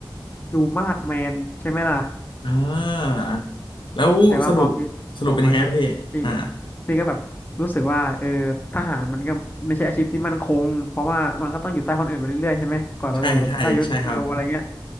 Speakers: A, on the left; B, on the left.
A: ดูมาดแมนใช่ไหมล่ะ
B: อ่าแล้วสรุป
A: แต่ว่าพอพี่โตมาเนี่ยพี่ก็
B: สรุปเป็นยังไงครับพี่อ่า
A: พี่ก็แบบรู้สึกว่าเออทหารมันก็ไม่ใช่อาชีพที่มั่นคงเพราะว่ามันก็ต้องอยู่ใต้คนอื่นไปเรื่อยๆใช่ไหมก่อนเราจะแบบได้ยศเติบอะไรเงี้ย
B: ใช่ใช่ใช่ครับ